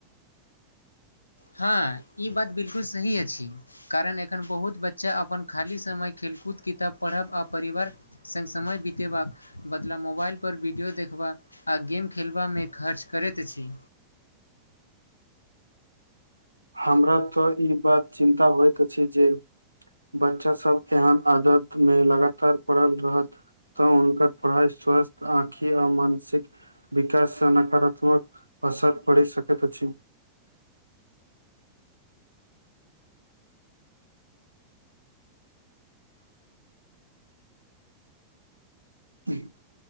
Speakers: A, on the left; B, on the right.
A: हँ ई बात बिलकुल सही अछि कारण एखन बहुत बच्चा अपन खाली समय खेलकूद किताब पढ़ब आ परिवार सङ्ग समय बितेबाक बदला मोबाइलपर वीडियो देखबाक आ गेम खेलबामे खर्च करैत अछि
B: हमरा तऽ ई बात चिन्ता होइत अछि जे बच्चा सब एहन आदत मे लगातार पढ़ल रहत तऽ हुनकर पढ़ाई स्वस्थ आँखि आ मानसिक विकास से नकारात्मक असर पड़ सकैत अछि ठीक <inaudible>